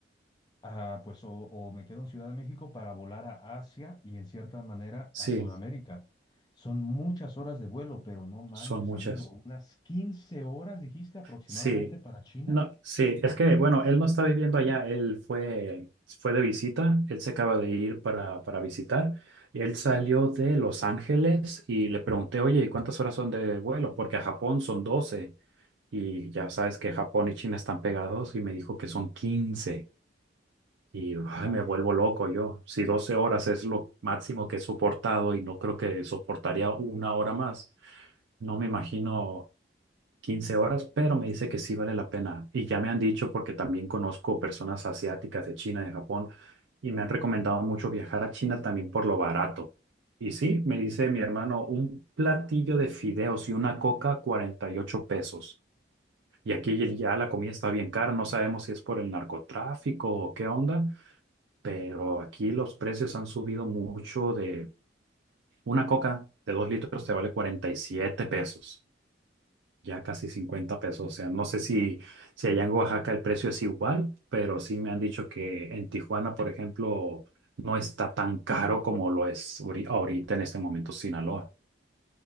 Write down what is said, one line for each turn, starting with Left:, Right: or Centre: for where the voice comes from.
Left: ah, pues o, o me quedo en Ciudad de México para volar a Asia y en cierta manera
Right: sí,
Left: a Sudamérica. Son muchas horas de vuelo, pero no manches,
Right: son muchas.
Left: amigo, unas 15 horas dijiste aproximadamente
Right: Sí,
Left: para China.
Right: no, sí, es que bueno, él no está viviendo allá, él fue fue de visita, él se acaba de ir para para visitar. Él salió de Los Ángeles y le pregunté, oye, ¿y cuántas horas son de vuelo? Porque a Japón son 12 y ya sabes que Japón y China están pegados y me dijo que son 15 y ay,
Left: Ay,
Right: me vuelvo loco yo. Si 12 horas es lo máximo que he soportado y no creo que soportaría una hora más, no me imagino 15 horas, pero me dice que sí vale la pena. Y ya me han dicho porque también conozco personas asiáticas de China, de Japón y me han recomendado mucho viajar a China también por lo barato. Y sí, me dice mi hermano, un platillo de fideos y una coca, 48 pesos. Y aquí el- ya la comida está bien cara, no sabemos si es por el narcotráfico o qué onda, pero aquí los precios han subido mucho de una coca de dos litros te vale 47 pesos, ya casi 50 pesos. O sea, no sé si, si allá en Oaxaca el precio es igual, pero sí me han dicho que en Tijuana, por ejemplo, no está tan caro como lo es ahori- ahorita en este momento Sinaloa.